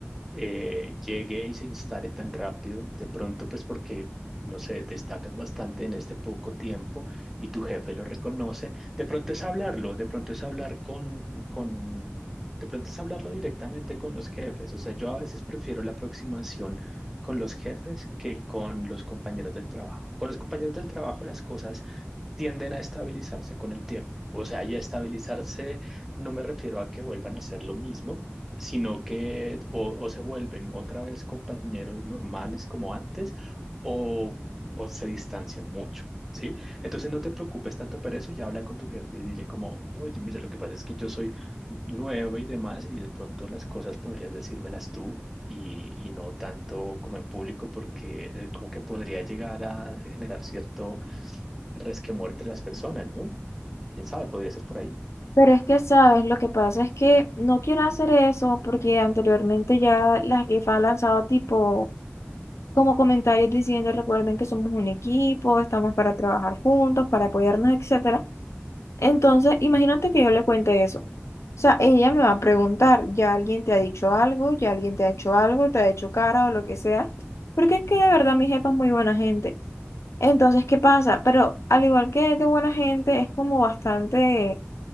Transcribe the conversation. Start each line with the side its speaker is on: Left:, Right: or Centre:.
Centre: eh, llegue y se instale tan rápido, de pronto pues porque, no sé, destacas bastante en este poco tiempo y tu jefe lo reconoce, de pronto es hablarlo, de pronto es hablar con, con, de pronto es hablarlo directamente con los jefes, o sea, yo a veces prefiero la aproximación con los jefes que con los compañeros del trabajo. Con los compañeros del trabajo las cosas tienden a estabilizarse con el tiempo. O sea, y a estabilizarse no me refiero a que vuelvan a hacer lo mismo, sino que o, o se vuelven otra vez compañeros normales como antes o, o se distancian mucho. ¿Sí? Entonces no te preocupes tanto por eso, ya habla con tu jefe y dile como, oye, mira, lo que pasa es que yo soy nueva y demás y de pronto las cosas podrías decírmelas tú y, y no tanto como en público porque eh, como que podría llegar a generar cierto, resquemor entre las personas, ¿no? ¿Quién sabe? Podría ser por ahí.
Left: Pero es que, ¿sabes? Lo que pasa es que no quiero hacer eso porque anteriormente ya la jefa ha lanzado tipo como comentarios diciendo, recuerden que somos un equipo, estamos para trabajar juntos, para apoyarnos, etcétera Entonces, imagínate que yo le cuente eso. O sea, ella me va a preguntar, ¿ya alguien te ha dicho algo? ¿Ya alguien te ha hecho algo? ¿Te ha hecho cara o lo que sea? Porque es que de verdad mi jefa es muy buena gente. Entonces, ¿qué pasa? Pero al igual que es de buena gente, es como bastante,